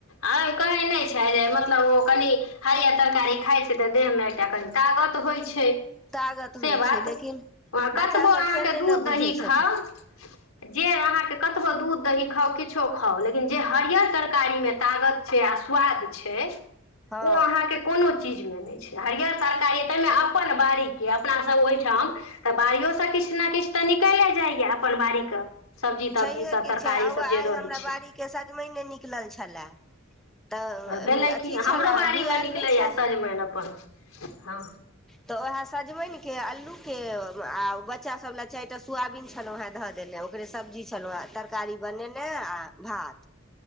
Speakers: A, on the left; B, in the centre.
A: आ कही नहि छै र मतलब ओ कनी हरियर तरकारी खााय छै तऽ देह मे एकटा कनि तागत होइ छै
B: तागत
A: से
B: होइ
A: बात
B: छै लेकिन
A: हँ कतबो
B: बच्चासभ
A: अहाँके
B: से नहि
A: दूध
B: ने
A: दही
B: बुझै
A: खाउ
B: छथिन
A: जे अहाँके कतबो दूध दही खाउ किछो खाउ लेकिन जे हरियर तरकारी मे तागत छै आ स्वाद छै
B: हँ
A: ओ अहाँके कोनो चीज चीजमे नहि छै हरिियर तरकारी ताहिमे अपन बाड़ीके अपनासभ ओहिठाम तऽ बाड़ियोसँ किछु ने किछु तऽ निकले जाइय अपन बाड़ीके सब्जी तब्जी
B: छैहे
A: सब
B: की
A: तरकारी
B: छै ह
A: सब जे
B: आइ
A: रहै
B: हमरा
A: छै
B: बाड़ीके सजमनि नहि नि कलल छलए तऽ
A: भेलै
B: अथी
A: की
B: छलए
A: हमरो बाड़ीमे
B: जुआयल
A: निकलैए
B: नहि छलए
A: सजमनि अपन हँ
B: तऽ ओएहे सजमनििक के आलू के आ बच्चा सब लए चारिटा सोयबीन छलहुँ वे धऽ देले ओकरे सब्जी छलहुँ तरकारी बनेने आओ भात